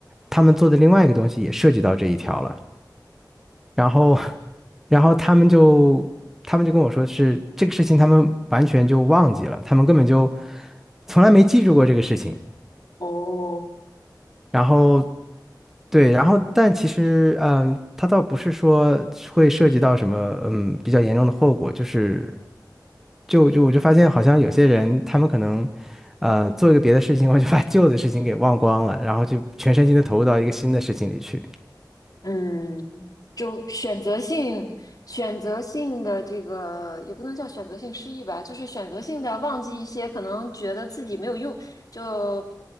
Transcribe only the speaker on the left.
哦，
嗯，就选择性、选择性的这个也不能叫选择性失忆吧，就是选择性的忘记一些可能觉得自己没有用，就